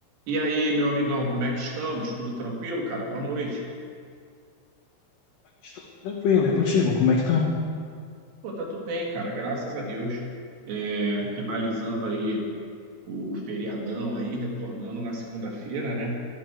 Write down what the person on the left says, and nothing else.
Estou tranquilo, e contigo? Como é que tá?